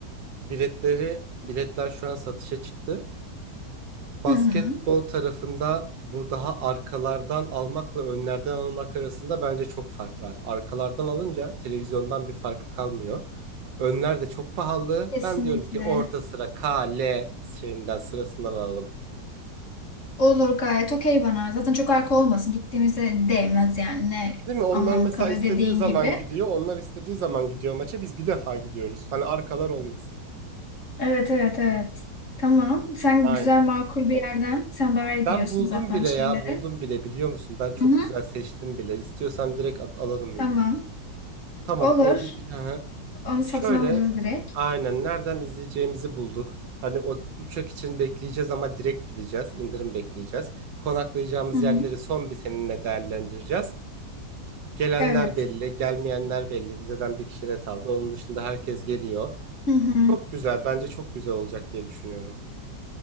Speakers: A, on the right (about 85°); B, on the left (about 45°).
A: biletleri biletler şu an satışa çıktı. basketbol
B: Hı hı.
A: tarafında bu daha arkalardan almakla önlerden almak arasında bence çok fark var. Arkalardan alınca televizyondan bir farkı kalmıyor. Önler de çok pahalı.
B: Kesinlikle.
A: Ben diyorum ki orta sıra K, L şeyinden sırasından alalım.
B: Olur gayet okey bana. Zaten çok arka olmasın. gittiğimize değmez yani. Ne
A: Değil mi? Onlar
B: anlamı
A: mesela
B: kalıyor
A: istediği
B: dediğin
A: zaman
B: gibi.
A: gidiyor. Onlar istediği zaman gidiyor maça. Biz bir defa gidiyoruz. Hani arkalar olmasın.
B: Evet evet evet. Tamam. Sen
A: Aynen.
B: güzel makul bir yerden. Sen daha iyi
A: Ben
B: biliyorsun
A: buldum
B: zaten
A: bile
B: şeyleri.
A: ya. Buldum bile biliyor musun? Ben çok
B: Hı hı.
A: güzel seçtim bile. İstiyorsan direkt at, alalım ya.
B: Tamam.
A: Tamam
B: Olur.
A: o bir... <laughs>
B: Onu satın
A: Şöyle
B: alırız direkt.
A: aynen nereden izleyeceğimizi bulduk. Hani o uçak için bekleyeceğiz ama direkt gideceğiz. indirim bekleyeceğiz. Konaklayacağımız
B: Hı hı.
A: yerleri son bir seninle değerlendireceğiz. Gelenler
B: Evet.
A: belli, gelmeyenler belli. Vizeden bir kişi ret aldı. Onun dışında herkes geliyor.
B: Hı hı.
A: Çok güzel. Bence çok güzel olacak diye düşünüyorum.